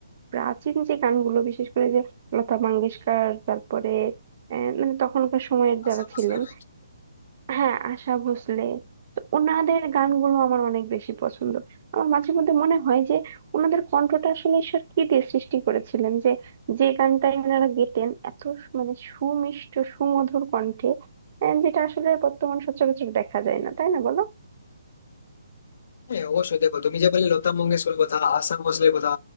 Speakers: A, on the right; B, on the left.
A: প্রাচীন যে গানগুলো বিশেষ করে যে লতা মঙ্গেশকর তারপরে আহ, মানে তখনকার সময়ের
B: আচ্ছা
A: যারা
B: বুঝলাম
A: ছিলেন হ্যাঁ আশা ভোসলে তো ওনাদের গানগুলো আমার অনেক বেশি পছন্দ আমার মাঝে মধ্যে মনে হয় যে ওনাদের কণ্ঠটা আসলে ঈশ্বর কি দিয়ে সৃষ্টি করেছিলেন যে যে গানটাই ওনারা গেতেন এত সু- মানে সুমিষ্ট সুমধুর কণ্ঠে আহ, যেটা আসলে বর্তমান সচরাচর দেখা যায় না তাই না বলো
B: হ্যাঁ অবশ্যই দেখো তুমি যে বললে লতা মঙ্গেশকরের কথা আশা ভোসলের কথা